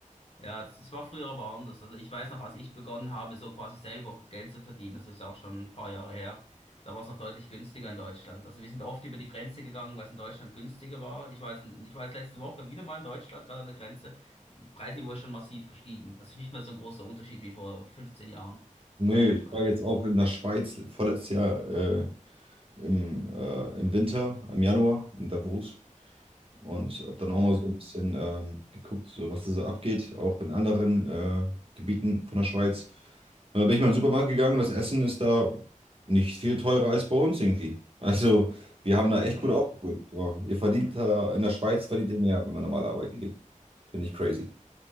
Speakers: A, on the left (about 45°); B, on the right (about 45°).
A: Ja, das, das war früher aber anders. Also ich weiß noch, als ich begonnen habe, so quasi selber Geld zu verdienen, das ist auch schon ein paar Jahre her, da war es noch deutlich günstiger in Deutschland. Also wir sind oft über die Grenze gegangen, weil es in Deutschland günstiger war. Ich war jetzt, ich war jetzt letzte Woche wieder mal in Deutschland, gerade an der Grenze. Preisniveau ist schon massiv gestiegen. Also nicht mehr so ein großer Unterschied wie vor 15 Jahren.
B: Nee,
A: Deutschland,
B: ich
A: Schweiz.
B: war jetzt auch in der Schweiz vorletztes Jahr äh, im, äh, im Winter, im Januar in Davos und habe dann
A: Na
B: auch
A: schön.
B: mal so ein bisschen ähm, geguckt, so was da so abgeht, auch in anderen äh, Gebieten von der Schweiz. Und dann bin ich mal in den Supermarkt gegangen und das Essen ist da nicht viel teurer als bei uns irgendwie. Also, wir haben da echt
A: Na,
B: gut aufgeholt. Aber ihr verdient da, in der Schweiz verdient ihr mehr, wenn man normal arbeiten geht. Finde ich crazy.